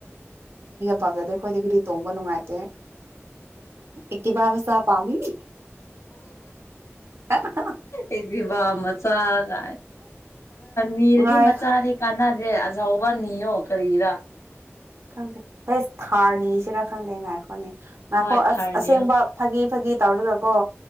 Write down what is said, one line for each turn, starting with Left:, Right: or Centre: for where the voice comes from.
Right: ꯐꯖꯗꯦ ꯑꯩꯈꯣꯏꯗꯤ ꯒꯔ꯭ꯤ ꯇꯣꯡꯕ ꯅꯨꯡꯉꯥꯏꯇꯦ ꯏꯛꯇꯤ ꯄ꯫ ꯁꯥ ꯄꯥꯃꯤ ꯍꯥ ꯍꯥ꯫
Left: ꯑꯦꯅꯦꯕꯥ ꯃꯆꯥ ꯀꯥꯏ ꯅꯤꯔꯗꯤ
Right: ꯉꯥꯏ
Left: ꯃꯆꯥꯗꯤ ꯀꯥꯟꯅꯗꯦ꯫ ꯌꯥꯎꯕꯅꯤ ꯑꯣ ꯀꯔꯤꯔ꯫
Right: ꯈꯪꯗꯦ ꯍꯩꯁ ꯊꯥꯔ ꯅꯤꯁꯤꯔ ꯈꯪꯗꯦ ꯉꯥꯏꯈꯣꯅꯤ ꯉꯥꯏꯈꯣ
Left: ꯍꯣꯏ
Right: ꯑꯁ
Left: ꯊꯥꯔ
Right: ꯑꯁꯦꯡꯕ
Left: ꯅꯤꯌꯣ
Right: ꯐꯥꯒꯤ ꯐꯥꯒꯤ꯫ ꯇꯧꯔꯒꯀꯣ